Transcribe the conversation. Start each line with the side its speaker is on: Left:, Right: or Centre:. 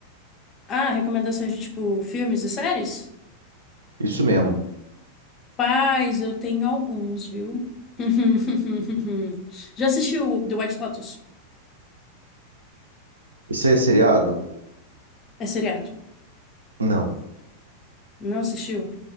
Left: Ah, recomendações de tipo filmes e séries?
Right: Isso mesmo.
Left: Rapaz, eu tenho alguns, viu? <laughs> Já assistiu The White Lotus?
Right: Isso é seriado?
Left: É seriado.
Right: Não.
Left: Não assistiu?